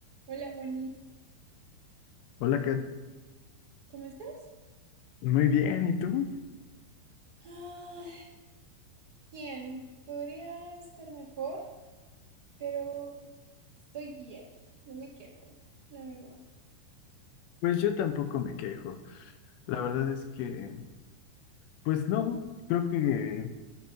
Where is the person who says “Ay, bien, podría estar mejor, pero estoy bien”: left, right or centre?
Right